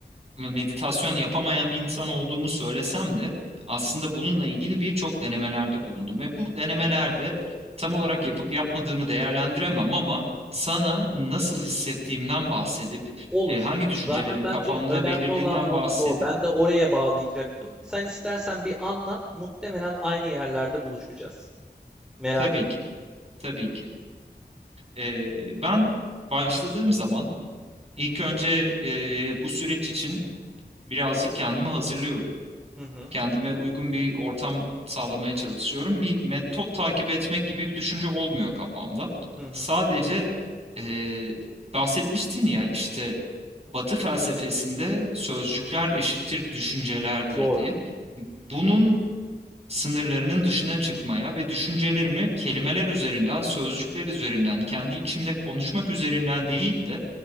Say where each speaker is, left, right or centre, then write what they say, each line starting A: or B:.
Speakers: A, on the right; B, in the centre.
A: meditasyon yapamayan bir insan olduğumu söylesem de aslında bununla ilgili birçok denemelerde bulundum ve bu denemelerde tam olarak yapıp yapmadığımı değerlendiremem ama sana nasıl hissettiğimden bahsedip
B: olur.
A: e, hangi düşüncelerim
B: Zaten bence
A: kafamda
B: önemli
A: belirdiğinden
B: olan nokta
A: bahsedip
B: o. Ben de oraya bağlayacaktım. Sen istersen bir anlat. Muhtemelen aynı yerlerde buluşacağız. Merak
A: tabii
B: ettim.
A: ki tabii ki E, ben başladığım zaman ilk önce e, bu süreç için birazcık kendimi hazırlıyorum.
B: Hı hı,
A: kendime uygun bir ortam sağlamaya çalışıyorum. Bir metot takip etmek gibi bir düşünce olmuyor kafamda.
B: hı hı.
A: Sadece e, bahsetmiştin ya işte Batı felsefesinde sözcükler eşittir düşüncelerdir
B: Doğru.
A: diye. Bunun sınırlarının dışına çıkmaya ve düşüncelerimi kelimeler üzerinden, sözcükler üzerinden, kendi içimde konuşmak üzerinden değil de